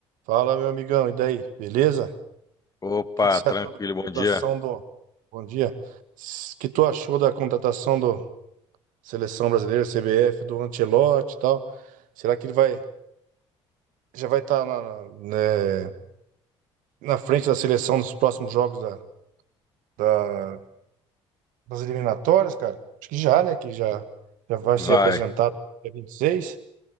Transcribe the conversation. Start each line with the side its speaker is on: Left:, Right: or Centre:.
Right: Fala, meu amigão, e daí? Beleza?
Left: Opa,
Right: O que que você
Left: tranquilo,
Right: achou da
Left: bom
Right: contratação
Left: dia.
Right: do. Bom dia. O que tu achou da contratação do Seleção Brasileira, CBF, do Ancelotti e tal? Será que ele vai já vai estar na, na, né, na frente da seleção nos próximos jogos da, da- das eliminatórias, cara? Acho que já, né? Que já, já vai
Left: Vai,
Right: ser apresentado dia 26. E seis.